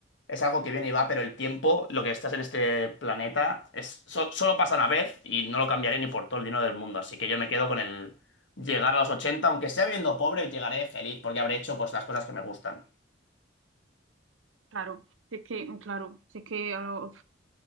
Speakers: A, on the left (about 70°); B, on the right (about 80°).
A: es algo que viene y va, pero el tiempo, lo que estás en este planeta, es so- solo pasa una vez y no lo cambiaré ni por todo el dinero del mundo. Así que yo me quedo con el llegar a los 80 aunque sea viviendo pobre, llegaré feliz porque habré hecho pues las cosas que me gustan.
B: claro. Si es que, mm, claro, si es que, a lo-